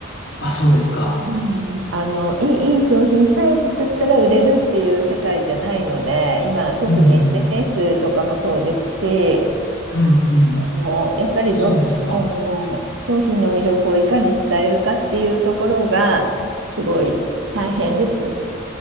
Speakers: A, on the left; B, on the right.
A: あ、そうですか。
B: うん、あの、いい、いい商品さえ作ったら売れるっていう世界じゃないので、今、特に
A: うんうん。
B: SNS とかもそうですし、
A: うんうん。
B: あの、やっぱりどん、
A: そうですか。
B: あの、商品の魅力をいかに伝えるかっていうところが、すごい大変です。